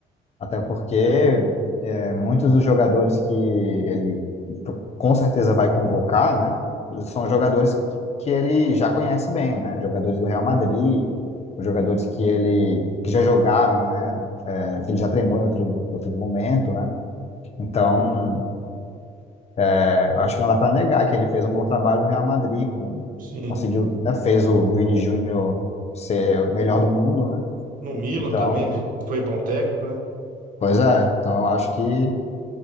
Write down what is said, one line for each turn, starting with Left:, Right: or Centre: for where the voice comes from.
Left: Até porque é, muitos dos jogadores que ele com certeza vai convocar, né? São jogadores que que ele já conhece bem, né? Jogadores do Real Madrid, os jogadores que ele que já jogaram, né? É, que ele já treinou em outro, outro momento, né? Então, é, eu acho que não dá para negar que ele fez um bom trabalho no Real Madrid, com-
Right: sim.
Left: conseguiu, né? Fez o Vini Júnior ser o melhor do mundo, né?
Right: No Milan
Left: Então,
Right: também ele foi bom técnico, né?
Left: pois é. Então, eu acho que